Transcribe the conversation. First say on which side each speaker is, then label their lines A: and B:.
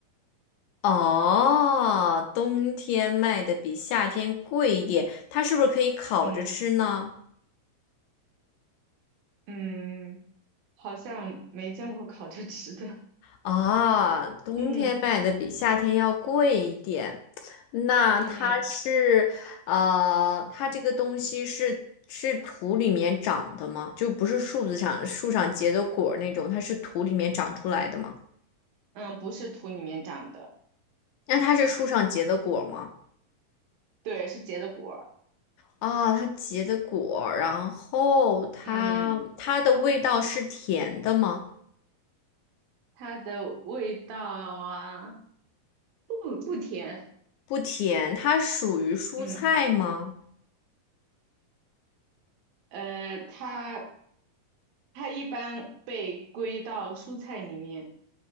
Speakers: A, on the left (about 80°); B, on the right (about 75°).
A: 哦，冬天卖的比夏天贵一点，它是不是可以烤着吃呢？
B: 嗯嗯。好像没见过烤着吃的。
A: 啊，冬天卖的比夏天要贵一点。
B: 嗯
A: 那它是，
B: 嗯
A: 呃，它这个东西是是土里面长的吗？就不是树子上树上结的果儿那种，它是土里面长出来的吗？
B: 嗯，不是土里面长的，
A: 那它是树上结的果儿吗？
B: 对，是结的果儿。
A: 啊，它结的果儿，然后它它的味道是甜的吗？
B: 嗯，它的味道啊，不不甜。
A: 不甜，它属于蔬菜吗？
B: 嗯，呃，它它一般被归到蔬菜里面。